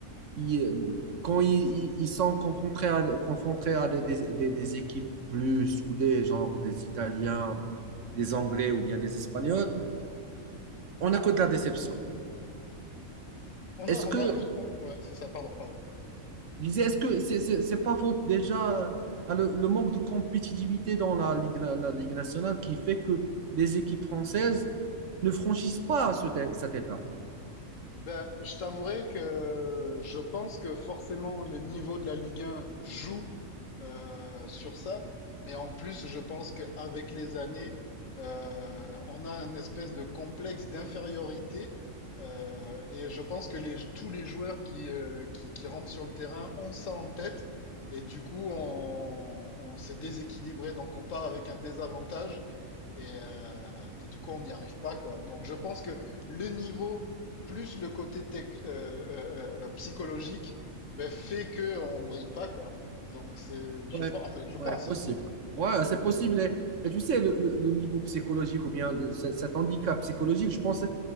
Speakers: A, on the right (about 65°); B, on the left (about 70°).
A: ils, euh, quand ils, ils- ils sont confrontés à, confrontés à des, des- des- des équipes plus soudées, genre des Italiens, des Anglais ou bien des Espagnols, on a que de la déception.
B: On
A: Est-ce
B: a,
A: que,
B: on a eu... on- Ouais, c'est ça, pardon, pardon.
A: je disais, est-ce que c'est, c'est- c'est pas faute déjà à le, le manque de compétitivité dans la Ligue, la, la Ligue nationale qui fait que les équipes françaises ne franchissent pas ce- cette étape?
B: Ben, je t'avouerai que je pense que forcément le niveau de la Ligue 1 joue euh, sur ça, mais en plus je pense qu'avec les années, euh, on a un espèce de complexe d'infériorité euh, et je pense que les, tous les joueurs qui, euh, qui, qui rentrent sur le terrain ont ça en tête et du coup on, on s'est déséquilibré, donc on part avec un désavantage et, euh, et du coup on n'y arrive pas quoi. Donc je pense que le niveau plus le côté tech, euh, euh, euh, euh, psychologique, ben, fait qu'on brille pas, quoi. Donc, c'est, je,
A: Ouais,
B: pen- enfin, je pense,
A: ouais, possible.
B: hein.
A: Ouais, c'est possible. Et, et tu sais, le, le- le niveau psychologique ou bien le, ce- cet handicap psychologique, je pense,